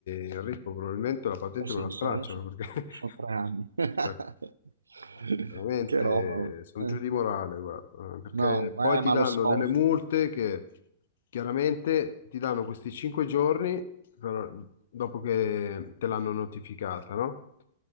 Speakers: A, on the left; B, on the right.
A: Enrico, probabilmente la patente
B: Eh sì,
A: me la
B: sai,
A: stracciano,
B: so-
A: perché...
B: sono tre anni.
A: <laughs>
B: <laughs>
A: Veramente
B: Che roba. oh.
A: sono
B: Eh,
A: giù di morale, guarda, eh, perché
B: No,
A: poi
B: eh,
A: ti
B: ma
A: danno
B: lo so.
A: delle multe che chiaramente ti danno questi cinque giorni però, dopo che te l'hanno notificata, no?